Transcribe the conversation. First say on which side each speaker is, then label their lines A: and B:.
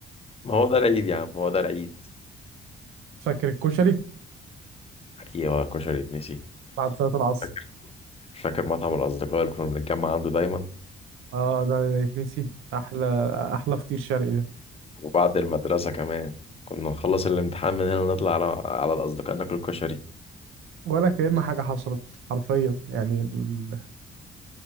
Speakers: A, on the left; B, on the right.
A: ما هو ده العيد يا عم هو ده العيد
B: فاكر الكشري
A: ايوه كشري اتنسي
B: بعد صلاه العصر
A: فاكر فاكر مطعم الاصدقاء اللي كنا بنتجمع عنده دايما
B: اه ده ده يتنسي احلى احلى فطير شرقي ده
A: وبعد المدرسه كمان كنا نخلص الامتحان من هنا ونطلع على على الاصدقاء ناكل كشري
B: ولا كأن حاجه حصلت حرفيا يعني ال...